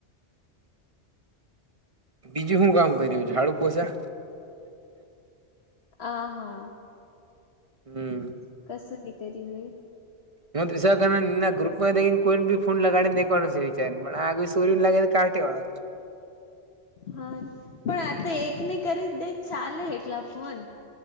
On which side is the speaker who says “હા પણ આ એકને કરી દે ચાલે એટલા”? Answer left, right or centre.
Left